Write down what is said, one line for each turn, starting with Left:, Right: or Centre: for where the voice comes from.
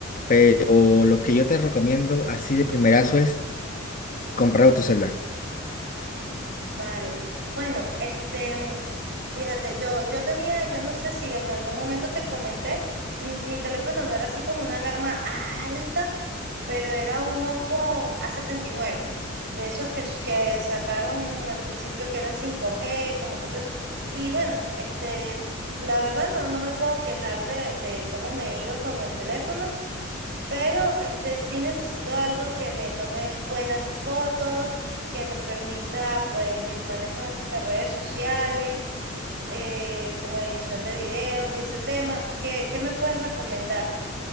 Left: pero lo que yo te recomiendo así de primerazo es comprar otro celular.
Right: Vale. Bueno, este, mm, fíjate, yo, yo tenía, yo no sé si en algún momento te comenté, mm, mi teléfono no era así como una gama alta, pero era un Oppo a setenta y nueve de esos que, s- que sacaron al principio que eran 5G, como que todo eso. Y bueno, este, la verdad no, no me puedo quejar de, de cómo me iba con el teléfono pero este sí necesito algo que me tome buenas fotos, que me permita pues el manejo de las redes sociales, eh, como edición de videos y ese tema. ¿Qué, qué me puedes recomendar?